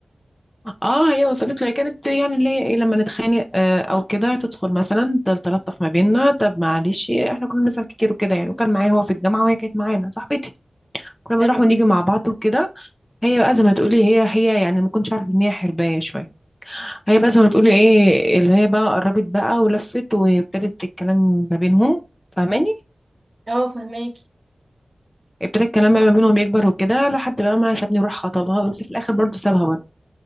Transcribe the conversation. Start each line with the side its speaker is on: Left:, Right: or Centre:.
Left: اه هي وصلت له هي كانت يعني اللي هي ايه لما نتخانق آه، او كده تدخل مثلا تل- تلطف ما بيننا طب معلش احنا كنا بنزعل كتير وكده يعني وكان معايا هو في الجامعه وهي كانت معانا صاحبتي كنا بنروح
Right: ايوه
Left: ونيجي مع بعض وكده هي بقى زي ما تقولي هي هي يعني ما كنتش عارفه ان هي حربايه شويه هي بقى زي ما تقولي ايه اللي هي بقى قربت بقى ولفت وابتدت الكلام ما بينهم فاهماني
Right: اه فهماكي
Left: ابتدى الكلام بقى ما بينهم يكبر وكده لحد بقى ما سابني وراح خطبها بس في الاخر برضه سابها برضه